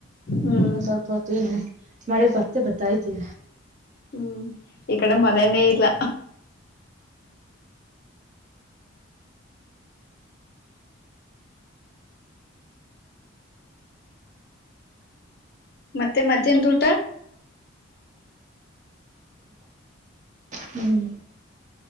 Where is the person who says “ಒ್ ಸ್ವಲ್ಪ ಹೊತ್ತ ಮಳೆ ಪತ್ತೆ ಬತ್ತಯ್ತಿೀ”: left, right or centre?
Right